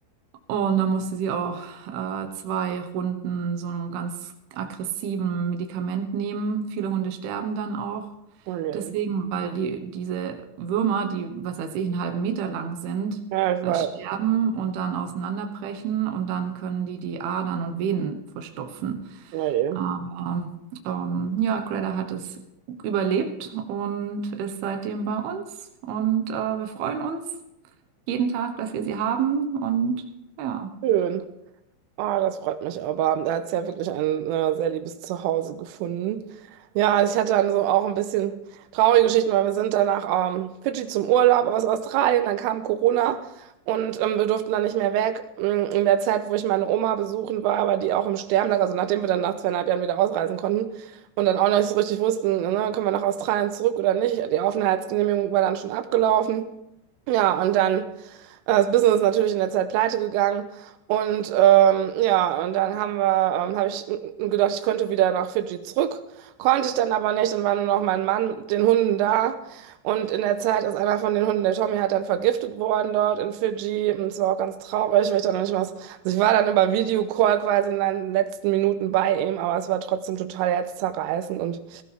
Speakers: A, on the right; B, on the right.
A: Und dann musste sie auch äh, zwei Runden so einem ganz aggressiven Medikament nehmen. Viele Hunde sterben dann auch.
B: Oh je.
A: Deswegen, weil die, diese Würmer, die, was weiß ich, einen halben Meter lang sind,
B: Ja, ich
A: äh,
B: weiß.
A: sterben und dann auseinanderbrechen und dann können die die Adern und Venen verstopfen.
B: Oh je.
A: Aber ähm, ja, Greta hat es überlebt und ist seitdem bei uns und äh, wir freuen uns jeden Tag, dass wir sie haben und ja.
B: Schön. Ah, das freut mich aber. Da hat es ja wirklich ein äh, sehr liebes Zuhause gefunden. Ja, also ich hatte dann so auch ein bisschen traurige Geschichten, weil wir sind dann nach ähm, Fidschi zum Urlaub aus Australien, dann kam Corona und ähm, wir durften dann nicht mehr weg. Mm, In der Zeit, wo ich meine Oma besuchen war, aber die auch im Sterben lag, also nachdem wir dann nach zweieinhalb Jahren wieder ausreisen konnten und dann auch noch nicht so richtig wussten, ne, können wir nach Australien zurück oder nicht. Die Aufenthaltsgenehmigung war dann schon abgelaufen. Ja, und dann äh, das Business ist natürlich in der Zeit pleite gegangen. Und ähm, ja, und dann haben wir, ähm, habe ich m- m- gedacht, ich könnte wieder nach Fidschi zurück. Konnte ich dann aber nicht. Dann war nur noch mein Mann mit den Hunden da. Und in der Zeit ist einer von den Hunden, der Tommy, halt dann vergiftet worden dort in Fidschi. Und es war auch ganz traurig, weil ich dann noch nicht mal. was- Also ich war dann über Videocall quasi in den letzten Minuten bei ihm, aber es war trotzdem total herzzerreißend. Und